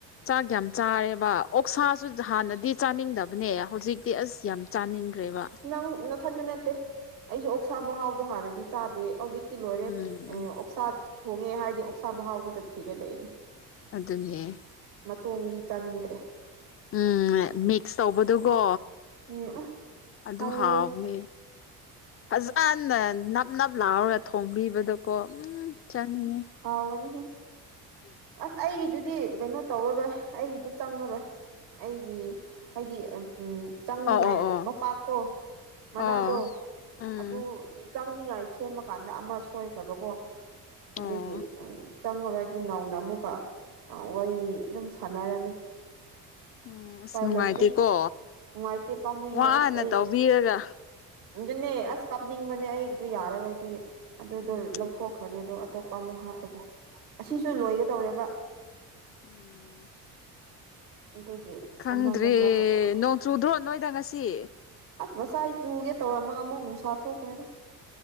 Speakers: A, on the left; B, on the right.
A: ꯆꯥꯛ ꯌꯥꯝ ꯆꯥꯔꯦꯕ ꯑꯣꯛꯁꯥꯁꯨ ꯍꯥꯟꯅꯗꯤ ꯆꯥꯅꯤꯡꯗꯕꯅꯦ ꯍꯧꯖꯤꯛ ꯇꯤ ꯑꯁ ꯌꯥꯝ ꯆꯥꯅꯤꯡꯈ꯭ꯔꯦꯕ
B: ꯅꯪ ꯅꯠ ꯊꯟꯇ ꯅꯠꯇꯦ ꯑꯩꯁꯨ ꯑꯣꯛꯁꯥ ꯃꯍꯥꯎꯗꯣ ꯍꯥꯟꯅꯗꯤ ꯆꯥꯗꯦ ꯍꯧꯖꯤꯛꯇꯤ ꯂꯣꯏꯔꯦ
A: ꯎꯝ ꯎꯝ
B: ꯑꯣꯛꯁꯥ ꯊꯣꯡꯉꯦ ꯍꯥꯏꯗꯤ ꯑꯣꯛꯁꯥ ꯃꯍꯥꯎ ꯈꯛꯇ ꯊꯤꯔ ꯂꯩꯔꯅꯤ
A: ꯑꯗꯨꯅꯦ
B: ꯃꯇꯣꯡꯗꯤ ꯆꯥꯅꯤꯡꯗ꯭ꯔꯦ
A: ꯎꯝ ꯃꯤꯛꯁ ꯇꯧꯕꯗꯨꯀꯣ
B: ꯎꯝ ꯑ
A: ꯑꯗꯨ
B: ꯆꯥꯅꯤꯡꯉꯦ
A: ꯍꯥꯎꯕꯅꯦ ꯐꯖꯅ ꯅꯞ ꯅꯞ ꯂꯥꯎꯔꯒ ꯊꯣꯡꯕꯤꯕꯗꯀꯣ ꯎꯝ ꯆꯥꯅꯤꯡꯉꯦ
B: ꯍꯥꯎꯒꯅꯤꯍꯦ ꯑꯁ ꯑꯩꯒꯤꯗꯨꯗꯤ ꯀꯩꯅꯣ ꯇꯧꯔꯔꯣꯏ ꯑꯩꯒꯤꯗꯨ ꯆꯪꯉꯔꯣꯏ ꯑꯩꯒꯤ ꯍꯥꯏꯗꯤ ꯎꯝ ꯆꯪꯅꯤꯡꯉꯥꯏ
A: ꯑꯣ ꯑꯣ ꯑꯣ
B: ꯃꯄꯥꯛꯇꯣ ꯃꯅꯥꯗꯣ
A: ꯑꯣ ꯎꯝ
B: ꯑꯗꯨ ꯆꯪꯅꯤꯡꯉꯥꯏ ꯁꯦꯝꯃ ꯀꯥꯟꯗ ꯑꯃ ꯁꯣꯏꯈ꯭ꯔꯕꯀꯣ ꯑꯗꯨꯒꯤ
A: ꯑꯣ
B: ꯎꯝ ꯆꯪꯉꯔꯣꯏ ꯑꯗꯨ ꯅꯧꯅ ꯑꯃꯨꯛꯀ ꯋꯥꯔꯤ ꯑꯗꯨꯝ ꯁꯥꯟꯅꯔꯅꯤ
A: ꯎꯝ ꯑꯁ
B: ꯎꯄꯥꯏ
A: ꯅꯨꯡꯉꯥꯏꯇꯦꯀꯣ
B: ꯂꯩꯇꯦ ꯅꯨꯡꯉꯥꯏꯇꯦ ꯄꯥꯝꯃꯨꯌꯦ
A: ꯋꯥꯅ
B: ꯑꯁ ꯑꯩ
A: ꯇꯧꯕꯤꯔꯒ
B: ꯑꯗꯨꯅꯦ ꯑꯁ ꯀꯥꯞꯅꯤꯡꯕꯅꯦ ꯑꯩꯒꯤꯗꯨ ꯌꯥꯔꯔꯣꯏ ꯑꯗꯨꯒꯤ ꯑꯗꯨꯗꯣ
A: ꯎꯝ
B: ꯂꯧꯊꯣꯛꯈ꯭ꯔꯅꯤ ꯑꯗꯨ ꯑꯇꯣꯞꯄ ꯑꯃꯨꯛ ꯍꯥꯞꯄꯒꯦ ꯑꯁꯤꯁꯨ ꯂꯣꯏꯒꯗꯧꯔꯦꯕ
A: ꯎꯝ
B: ꯑꯗꯨꯒꯤ
A: ꯈꯪꯗ꯭ꯔꯦ
B: ꯑꯃꯃꯨꯛ ꯍꯥꯞꯄ ꯇꯥꯔꯦ
A: ꯅꯣꯡ ꯆꯨꯗ꯭ꯔꯣ ꯅꯣꯏꯗ ꯉꯁꯤ
B: ꯑꯁ ꯉꯁꯥꯏ ꯆꯨꯒꯦ ꯇꯧꯔꯝꯃꯒ ꯑꯃꯨꯛ ꯅꯨꯡꯁꯥ ꯊꯣꯛꯈ꯭ꯔꯦꯗ